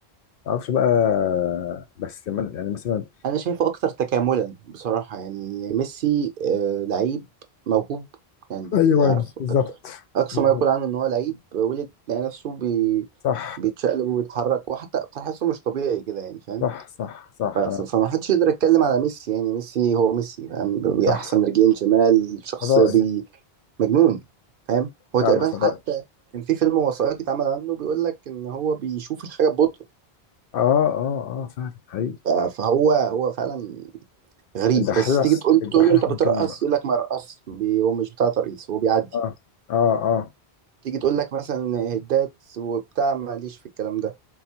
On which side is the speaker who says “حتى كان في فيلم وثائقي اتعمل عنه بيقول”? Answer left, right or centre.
Right